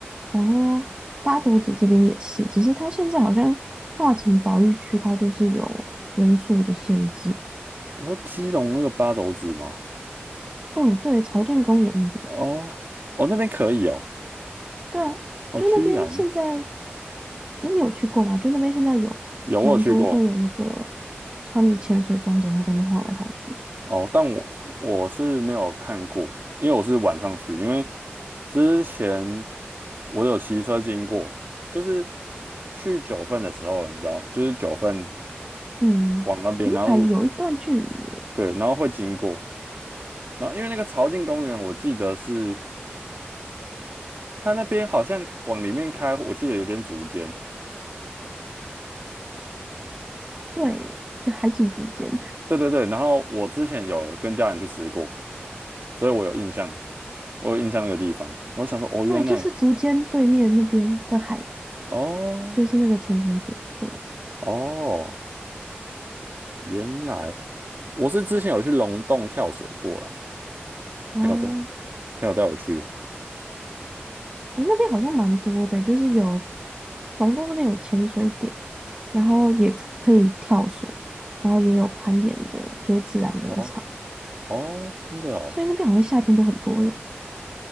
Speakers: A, on the right; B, on the right.
A: 然后八斗子这边也是，只是它现在好像划成保育区，它就是有人数的限制。
B: 你说基隆那个八斗子吗？
A: 嗯，对，朝境公园那边，
B: 哦，哦，那边可以哦，
A: 对啊，
B: 哦，
A: 就那边现在，
B: 居然
A: 诶，你有去过吗？就那边现在有蛮多会有那个
B: 有我有去过
A: 穿着潜水装，整个在那边晃来晃去。
B: 哦，但我我是没有看过，因为我是晚上去，因为之前我有骑车经过，就是去九份的时候，你知道吗？就是九份
A: 嗯，
B: 往那边，
A: 云还有一段距离耶，
B: 然后对，然后会经过，然后因为那个潮境公园，我记得是它那边好像往里面开，我记得有点竹间，
A: 对，跟海景竹间，
B: 对对对，然后我之前有跟家人去吃过。所以我有印象，我有印象那个地方。我想说，哦，原来，
A: 对，就是竹间对面那边的海，
B: 哦，
A: 就是那个潜水点，对，
B: 哦，原来我是之前有去龙洞跳水过啦，
A: 哦，
B: 朋友带朋友带我去。
A: 诶，那边好像蛮多的，就是有龙洞那边有潜水点，然后也可以跳水，然后也有攀岩的，就自然岩场，
B: 哦，哦，真的哦，
A: 所以那边好像夏天都很多人。